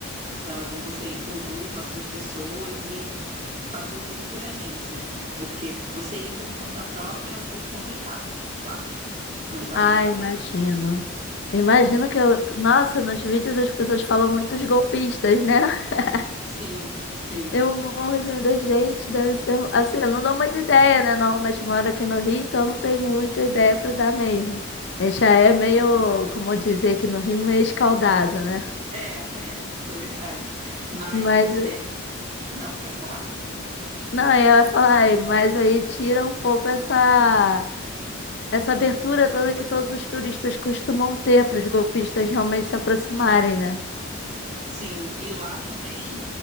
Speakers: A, on the right (about 30°); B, on the left (about 55°).
A: Então é bom você ir com um grupo assim de pessoas e fazer tudo por agência, porque você ir por conta própria é um pouco complicado lá, mas vale
B: Ah,
A: muito a
B: imagino.
A: pena.
B: Imagino que eu. Nossa, nos vídeos as pessoas falam muito dos golpistas, né? <laughs>
A: Sim, sim.
B: Eu morro de medo, gente. Deve ser. um, Assim, eu não dou muita ideia, né? Normalmente eu moro aqui no Rio, então não tem muita ideia pra dar mesmo. A gente já é meio, como dizer aqui no Rio, meio escaldado, né?
A: É, <laughs> é, isso é verdade. Mas
B: Mas.
A: é, não, pode falar.
B: Não, eu ia falar, "Ai, mas aí tira um pouco essa. Essa abertura toda que todos os turistas costumam ter para os golpistas realmente se aproximarem, né?
A: Sim, e lá também